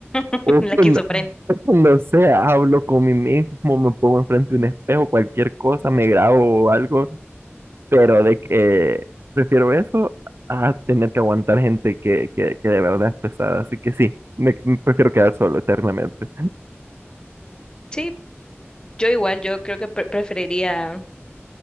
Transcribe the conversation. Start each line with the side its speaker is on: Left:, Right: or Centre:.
Left: <laughs>
Right: Uy,
Left: La
Right: no,
Left: esquizofrenia.
Right: <laughs> no sé, hablo con mí mismo, me pongo enfrente de un espejo, cualquier cosa, me grabo o algo, pero de que prefiero eso a tener que aguantar gente que, que, que de verdad es pesada. Así que sí, me, me prefiero quedar solo eternamente.
Left: Sí, yo igual, yo creo que pre- preferiría